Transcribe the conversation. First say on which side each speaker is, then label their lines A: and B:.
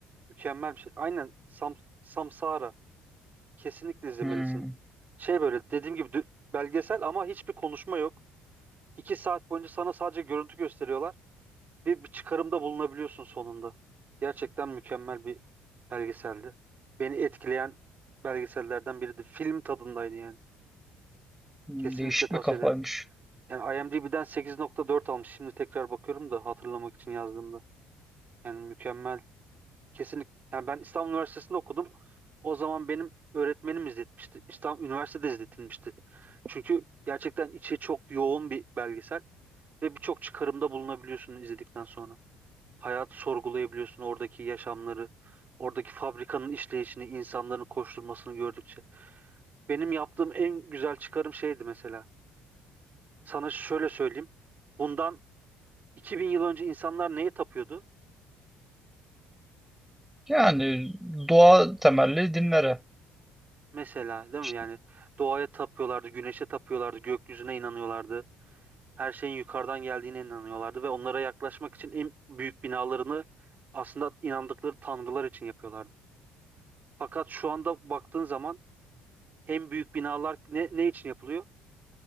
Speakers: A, on the right; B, in the centre.
A: Mükemmel bir şey. Aynen Sam Samsara. Kesinlikle izlemelisin.
B: Hmm,
A: Şey böyle dediğim gibi dü- belgesel ama hiçbir konuşma yok. İki saat boyunca sana sadece görüntü gösteriyorlar ve bir çıkarımda bulunabiliyorsun sonunda. Gerçekten mükemmel bir belgeseldi. Beni etkileyen belgesellerden biriydi. Film tadındaydı yani.
B: hmm,
A: Kesinlikle
B: değişik
A: tavsiye
B: bir kafaymış.
A: ederim. Yani IMDb'den 8.4 almış. Şimdi tekrar bakıyorum da hatırlamak için yazdığımda. Yani mükemmel Kesinlikle. Yani ben İstanbul Üniversitesi'nde okudum. O zaman benim öğretmenim izletmişti. İstanbul Üniversitede izletilmişti. Çünkü gerçekten içi çok yoğun bir belgesel ve birçok çıkarımda bulunabiliyorsun izledikten sonra. Hayatı sorgulayabiliyorsun, oradaki yaşamları, oradaki fabrikanın işleyişini, insanların koşturmasını gördükçe. Benim yaptığım en güzel çıkarım şeydi mesela. Sana şöyle söyleyeyim. Bundan 2000 yıl önce insanlar neye tapıyordu?
B: Yani doğa temelli dinlere.
A: Mesela değil
B: İşte,
A: mi? Yani doğaya tapıyorlardı, güneşe tapıyorlardı, gökyüzüne inanıyorlardı. Her şeyin yukarıdan geldiğine inanıyorlardı ve onlara yaklaşmak için en büyük binalarını aslında inandıkları tanrılar için yapıyorlardı. Fakat şu anda baktığın zaman en büyük binalar ne, ne için yapılıyor?